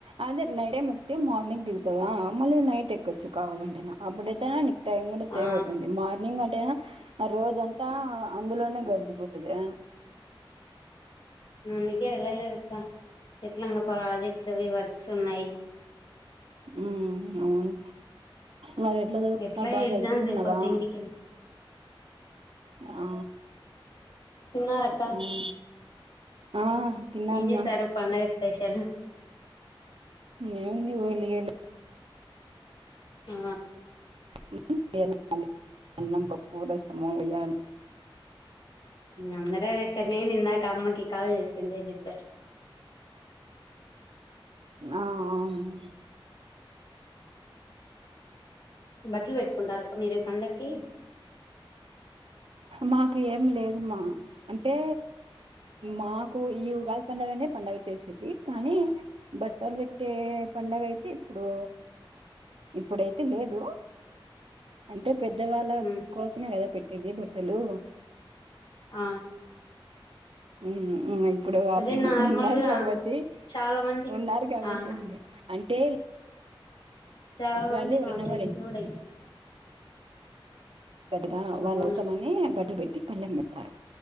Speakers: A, on the right (about 80°); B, on the left (about 65°).
A: అదే నైట్ టైమ్ ఎక్కితే మార్నింగ్ దిగుతావా మళ్ళీ నైట్ ఎక్ కచ్చు కావాలంటేన అప్పుడైతే నిక్ టైమ్ కూడా సేవ్
B: ఆ
A: అవుతుంది మార్నింగ్ అంటేన ఆ రోజం అందులోనే గడిచిపోతది ఆ
B: అందుకే వెళ్ళాలేదు స ఎట్లంగా ప్రాజెక్ట్లువి వర్క్స్ ఉన్నాయి
A: ఉ అవును మరి చదువుకుంటున్నావ్
B: ఎట్లా
A: బాగా
B: ఎజామ్స్
A: చదువుకుంటున్నావా
B: అయిపోతే ఇంటికెంత
A: ఆ
B: తిన్నారా అక్క
A: అవును ఆ తిన్నానమ్మ
B: ఏం చేశారు పండగ స్పెషల్
A: మేవుంది వలిగలు
B: ఆ
A: <unintelligible> అన్నం పప్పుర రసం వడియాలు
B: అందర ఇక నేను ఇందాక అమ్మకి కాల్ చేసుకుంటే చెప్పారు
A: ఆ అవును
B: బట్టలు పెట్టుకుంటారక మీరు ఈ పండకి
A: మాకు ఏం లేదుమ్ మా అంటే మాకు ఈ ఉగాది పడుగనే పండగ చేసేది కానీ బట్టలు పెట్టే పండగ అయితే ఇప్పుడు ఇప్పుడైతే లేదు అంటే. పెద్దవాళ్ళ
B: ఉహు
A: కోసమే కదా పెట్. ఇది బ హలో
B: ఆ
A: ఉ ఊ అ ఇప్పుడు వాళ్ళు
B: అదే నార్మల్గా
A: ఉన్నారు కాబట్టి
B: చాలా మంది
A: ఉన్నారు కాబట్టి
B: ఆ
A: ఉంది అంటే.
B: చాలా మంది
A: వాళ్ళు ఎవరైనా
B: మా ఫ్రెండ్స్
A: వాళ్ళ
B: కూడా
A: పెద్దగా
B: అవును
A: వాళ్ళ కోసమని బట్టలు పెట్టి పల్లెంమిస్తారు